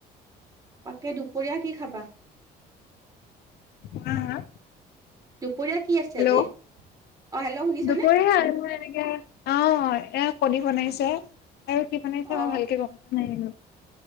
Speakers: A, on the right; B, on the left.
A: তাকে দুপৰীয়া কি খাবা?
B: হা, হা,
A: দুপৰীয়া কি আছে
B: হেল্ল'।
A: আজি? অ হেল্ল' শুনিছেনে
B: দুপৰীয়া মই এনেকে অ এ কণী বনাইছে। আৰু কি বনাইছে
A: অ
B: মই ভালকে গম পোৱা নাই আৰু।